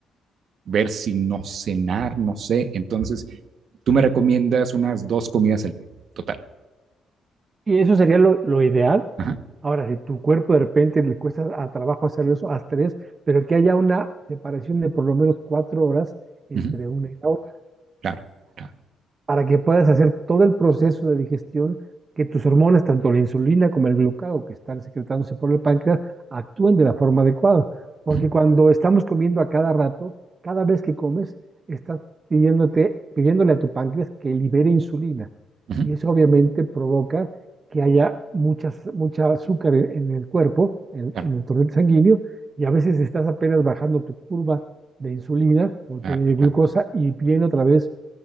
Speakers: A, on the right (about 60°); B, on the right (about 35°).
A: ver si no cenar, no sé. Entonces, tú me recomiendas unas dos comidas al día, total.
B: Y eso sería lo, lo ideal.
A: Ajá,
B: Ahora, si tu cuerpo de repente le cuesta a trabajo hacer eso, haz tres, pero que haya una separación de por lo menos cuatro horas entre
A: ujú,
B: una y la otra.
A: claro, claro,
B: para que puedas hacer todo el proceso de digestión, que tus hormonas, tanto la insulina como el glucagón que están secretándose por el páncreas, actúen de la forma adecuada. Porque
A: ujú,
B: cuando estamos comiendo a cada rato, cada vez que comes, estás pidiéndote, pidiéndole a tu páncreas que libere insulina.
A: ujú,
B: Y eso obviamente provoca que haya muchas, mucha azúcar en, en el cuerpo, en,
A: claro,
B: en el torrente sanguíneo, y a veces estás apenas bajando tu curva de insulina o
A: claro,
B: de
A: claro.
B: glucosa y viene otra vez